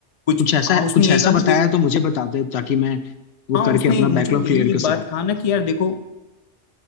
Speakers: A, on the left; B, on the left.
A: कुछ
B: कुछ ऐसा
A: हाँ उसने
B: कुछ
A: यही
B: ऐसा
A: कहा
B: बताया
A: कि देखो
B: है तो मुझे बता दे ताकि मैं वो
A: हाँ
B: करके
A: उसने
B: अपना
A: मुझे
B: बैकलॉग
A: यही
B: क्लियर
A: एक
B: कर सकूं
A: बात कहा ना कि यार देखो